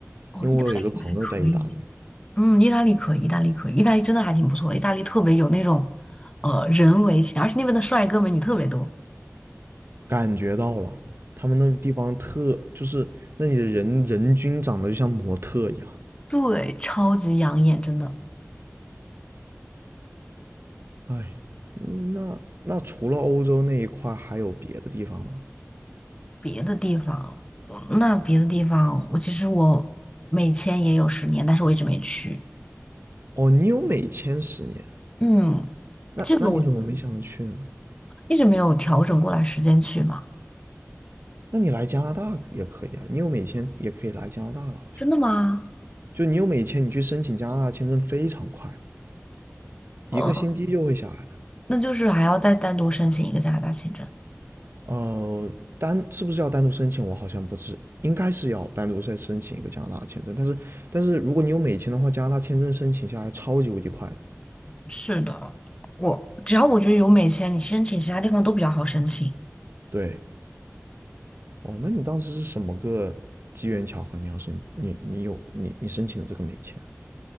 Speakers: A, on the left; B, on the right.
A: 哦，
B: 因为我有一个朋友在意大利，
A: 意大利还可以，嗯，意大利可以，意大利可以，意大利真的还挺不错的意大利特别有那种，呃，人文情，而且那边的帅哥美女特别多，
B: 感觉到了他们那地方特，就是那里的人人均长得就像模特一样。
A: 对，超级养眼，真的。
B: 哎，那那除了欧洲那一块，还有别的地方吗？
A: 别的地方，嗯那别的地方，我其实我美签也有十年，但是我一直没去。
B: 哦，你有美签十年，
A: 嗯，
B: 那那你怎么没想着去呢？
A: 这个我一直没有调整过来时间去嘛。
B: 那你来加拿大也可以啊，你有美签也可以来加拿大的，好像。
A: 真的吗？
B: 就你有美签，你去申请加拿大签证非常快，
A: 嗯，
B: 一个星期就会下来。
A: 那就是还要再单独申请一个加拿大签证。
B: 呃，单是不是要单独申请？我好像不是，应该是要单独再申请一个加拿大签证。但是但是如果你有美签的话，加拿大签证申请下来超级无敌快的。
A: 是的，我只要我觉得有美签，你申请其他地方都比较好申请。
B: 对，哦，那你当时是什么个机缘巧合？你要申你你有你你申请的这个美签？